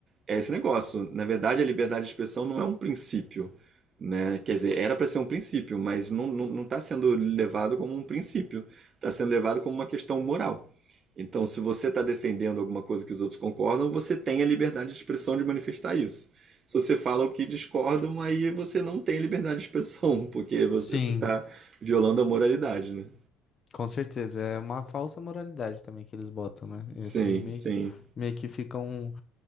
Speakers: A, on the right (about 30°); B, on the left (about 25°).
A: é esse negócio. Na verdade, a liberdade de expressão não é um princípio, né? Quer dizer, era para ser um princípio, mas não, não, não está sendo levado como um princípio, está sendo levado como uma questão moral. Então, se você está defendendo alguma coisa que os outros concordam, você tem a liberdade de expressão de manifestar isso. Se você fala o que discordam, aí você não tem liberdade de expressão, <laughs> porque você
B: Sim,
A: está violando a moralidade, né?
B: com certeza. É uma falsa moralidade também que eles botam, né?
A: Sim,
B: E assim, meio,
A: sim.
B: que- meio que ficam.